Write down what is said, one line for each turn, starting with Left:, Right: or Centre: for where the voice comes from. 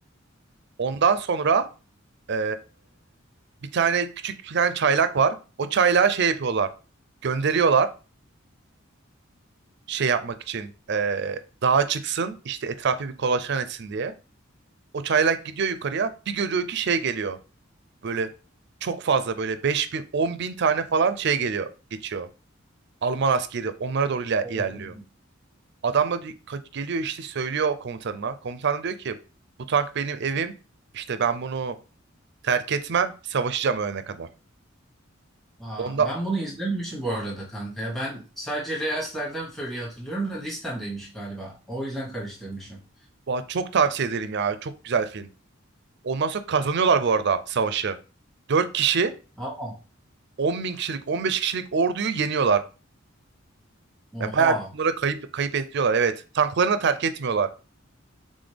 Right: Ondan sonra e, bir tane küçük bir tane çaylak var. O çaylağı şey yapıyorlar. Gönderiyorlar. şey yapmak için eee dağa çıksın işte etrafı bir kolaçan etsin diye. O çaylak gidiyor yukarıya bir görüyor ki şey geliyor böyle çok fazla böyle 5000 bin 10 tane falan şey geliyor geçiyor. Alman askeri onlara doğru iler-
Centre: Hmm.
Right: ilerliyor. Adam da di- ka- geliyor işte söylüyor o komutanına. Komutan da diyor ki bu tank benim evim işte ben bunu terk etmem savaşacağım ölene kadar.
Centre: Aa,
Right: Onda
Centre: ben bunu izlememişim bu arada kanka. Ya ben sadece Reels'lerden Fury'yi hatırlıyorum da listemdeymiş galiba. O yüzden karıştırmışım.
Right: Vay, çok tavsiye ederim ya çok güzel film. Ondan sonra kazanıyorlar bu arada savaşı. dört kişi
Centre: Ama
Right: 10 bin kişilik, 15 kişilik orduyu yeniyorlar.
Centre: oha.
Right: Yani bayağı bir bunlara kayıp kayıp ettiriyorlar. Evet. Tanklarını da terk etmiyorlar.